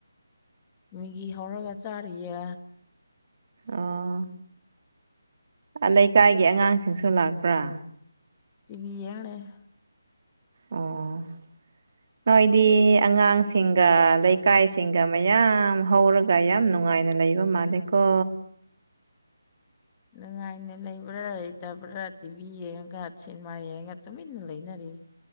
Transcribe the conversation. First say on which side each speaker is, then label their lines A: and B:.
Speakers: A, on the left; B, on the right.
A: ꯃꯤꯒꯤ ꯍꯧꯔꯒ ꯆꯥꯔꯤꯌꯦ
B: ꯑꯥ ꯂꯩꯀꯥꯏꯒꯤ ꯑꯉꯥꯡꯁꯤꯡꯁꯨ ꯂꯥꯛꯄ꯭ꯔꯥ
A: ꯇꯤꯕꯤ ꯌꯦꯡ ꯂꯩꯌꯦ
B: ꯑꯣ ꯅꯣꯏꯗꯤ ꯑꯉꯥꯡꯁꯤꯡ ꯁꯤꯡꯒ ꯂꯩꯀꯥꯏꯁꯤꯡꯒ ꯃꯌꯥꯝ ꯍꯧꯔꯒ ꯌꯥꯝ ꯅꯨꯡꯉꯥꯏꯅ ꯂꯩꯕ ꯃꯥꯜꯂꯦꯀꯣ
A: ꯅꯨꯡꯉꯥꯏꯅ ꯂꯩꯕ꯭ꯔꯥ ꯂꯩꯇꯕ꯭ꯔꯥ ꯇꯤꯚꯤ ꯌꯦꯡꯉꯒ ꯁꯤꯅꯦꯃꯥ ꯌꯦꯡꯉꯒ ꯇꯨꯃꯤꯟꯅ ꯂꯩꯅꯔꯤ